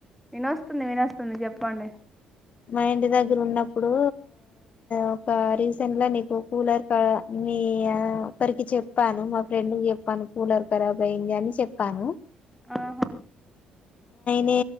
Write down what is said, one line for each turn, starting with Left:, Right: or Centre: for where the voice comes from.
Centre: వినస్తుంది వినస్తుంది చెప్పండి
Left: మా ఇంటి దగ్గర ఉన్నప్పుడు ఒక రీసెంట్ గా నీకు కూలర్ మీ ఒక్కరికి చెప్పాను మా ఫ్రెండ్కి చెప్పాను కూలర్ కరాబ్ అయ్యింది అని చెప్పాను
Centre: ఆహా
Left: నే